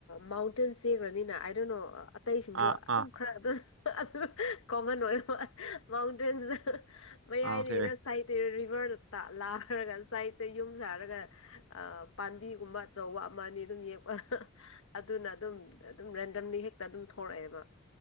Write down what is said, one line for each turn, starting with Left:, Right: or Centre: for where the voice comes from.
Left: ꯃꯥꯎꯟꯇꯦꯟ ꯆꯦꯈ꯭ꯔꯅꯤꯅ ꯑꯥꯏ ꯗꯣꯟ ꯅꯣ ꯑꯇꯩꯁꯤꯡꯁꯨ
Right: ꯑꯥ ꯑꯥ
Left: ꯑꯗꯨꯝ
Right: ꯑꯥ
Left: ꯈꯔ ꯑꯗꯨꯝ ꯑꯗꯨ ꯀꯣꯃꯟ ꯑꯣꯏꯕ ꯃꯥꯎꯟꯇꯦꯟꯁꯤꯗ ꯃꯌꯥꯏꯗꯒꯤ
Right: ꯑꯣꯀꯦ
Left: ꯏꯔ ꯁꯥꯏꯗꯠꯇꯔ ꯔꯤꯚꯔ ꯂꯥꯛꯈꯔꯒ ꯁꯥꯏꯠꯇ ꯌꯨꯝ ꯁꯥꯔꯒ ꯑ ꯄꯥꯝꯕꯤꯒꯨꯝꯕ ꯑꯆꯧꯕ ꯑꯃ ꯑꯅꯤ ꯑꯗꯨꯝ ꯌꯦꯛꯄ ꯑꯗꯨꯅ ꯑꯗꯨꯝ ꯑꯗꯨꯝ ꯔꯦꯟꯗꯝꯂꯤ ꯍꯦꯛꯇ ꯑꯗꯨꯝ ꯊꯣꯛꯣꯔꯛꯑꯦꯕ